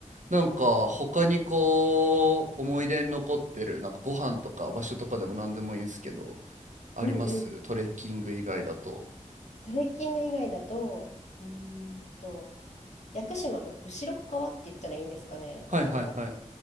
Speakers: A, on the right; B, on the left.
A: なんか、他にこう、思い出に残ってる、なんかご飯とか場所とかでも何でもいいんすけど、ありますトレッキング以外だと。
B: うんうん。トレッキング以外だと、うーんと、屋久島の後ろっ側って言ったらいいんですかね。
A: はいはいはい。
B: あの、